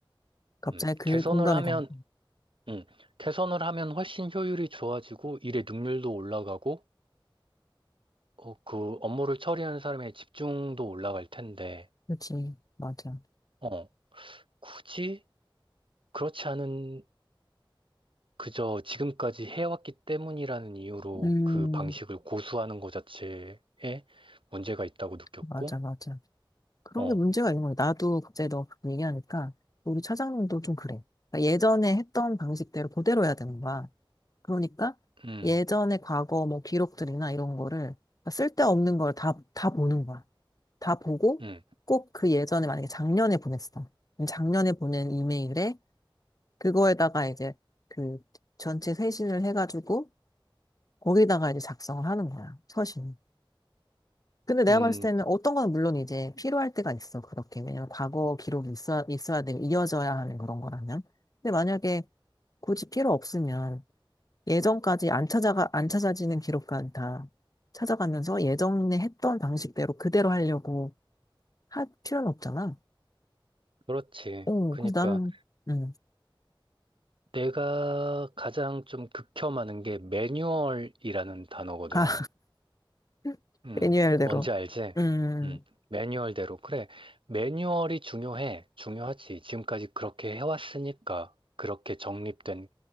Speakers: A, on the left; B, on the right.
A: 갑자기
B: 음,
A: 그
B: 개선을
A: 공감이
B: 하면
A: 가네.
B: 음, 개선을 하면 훨씬 효율이 좋아지고 일의 능률도 올라가고 어, 그 업무를 처리하는 사람의 집중도 올라갈 텐데
A: 그렇지, 맞아.
B: 어, 굳이 그렇지 않은 그저 지금까지 해왔기 때문이라는 이유로
A: 음,
B: 그 방식을 고수하는 것 자체에 문제가 있다고 느꼈고,
A: 맞아, 맞아. 그런
B: 어,
A: 게 문제가 있는 거야. 나도 갑자기 너 그렇게 얘기하니까 우리 차장님도 좀 그래. 그러니까 예전에 했던 방식대로 그대로 해야 되는 거야. 그러니까
B: 음,
A: 예전에 과거 뭐 기록들이나 이런 거를 쓸데없는 걸 다, 다 보는 거야. 다 보고
B: 음,
A: 꼭 그 예전에 만약에 작년에 보냈어. 그럼 작년에 보낸 이메일에 그거에다가 이제 그 전체 회신을 해가지고 거기다가 이제 작성을 하는 거야. 서신. 근데 내가
B: 음,
A: 봤을 때는 어떤 거는 물론 이제 필요할 때가 있어. 그렇게. 왜냐면 과거 기록이 있어야, 있어야 되고 이어져야 하는 그런 거라면. 근데 만약에 굳이 필요 없으면 예전까지 안 찾아가, 안 찾아지는 기록까지 다 찾아가면서 예전에 했던 방식대로 그대로 하려고 할 필요는 없잖아.
B: 그렇지.
A: 어,
B: 그러니까
A: 그래서 나는, 음,
B: 내가 가장 좀 극혐하는 게 매뉴얼이라는 단어거든.
A: 아, <laughs>
B: 음,
A: 매뉴얼대로.
B: 뭔지 알지?
A: 음,
B: 음, 매뉴얼대로. 그래, 매뉴얼이 중요해. 중요하지. 지금까지 그렇게 해왔으니까, 그렇게 정립된